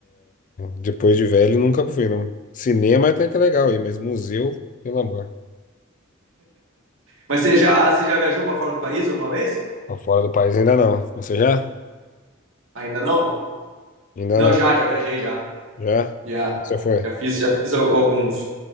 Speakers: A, on the left; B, on the right.
A: depois de velho nunca fui, não. Cinema é até que é legal aí, mas museu, pelo amor.
B: Mas você já, você já viajou para fora do país alguma vez?
A: Pra Fora do país ainda não. Você já?
B: Ainda não?
A: Ainda
B: Não,
A: não.
B: já, já viajei, já.
A: Já?
B: Já,
A: Você foi?
B: já fiz, já fiz al- alguns.